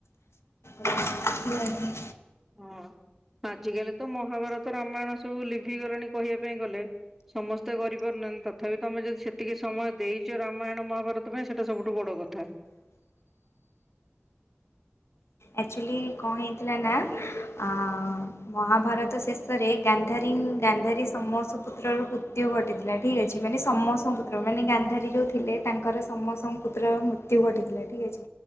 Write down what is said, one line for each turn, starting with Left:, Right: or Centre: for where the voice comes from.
Left: କହୁଛି।
Centre: ହଁ ଆଜିକାଲି ତ ମହାଭାରତ ରାମାୟଣ ସବୁ ଲିଭି ଗଲେଣି କହିବା ପାଇଁ ଗଲେ। ସମସ୍ତେ କରିପାରୁନାନ୍ତି ତଥାପି ତମେ ଯଦି ସେତିକି ସମୟ ଦେଇଚ ରାମାୟଣ ମହାଭାରତ ତୋ ପାଇଁ ସେଇଟା ସବୁଠୁ ବଡ କଥା।
Left: ଆକ୍ଚୁଲି କଣ ହେଇଥିଲା ନା ଆ ମହାଭାରତ ଶେଷ ଶେଷରେ ଗାନ୍ଧାରୀ ଗାନ୍ଧାରୀ ସମ ସୁପୁତ୍ରର ପୁତ୍ୟୁ ଘଟିଥିଲା। ଠିକ୍ ଅଛି ମାନେ ସମସ୍ତ ପୁତ୍ର ମାନେ ଗାନ୍ଧାରୀ ଯୋଉ ଥିଲେ ତାଙ୍କର ସମସ୍ତଙ୍କ ପୁତ୍ରର ମୃତ୍ୟୁ ଘଟିଥିଲା ଠିକ୍ ଅଛି।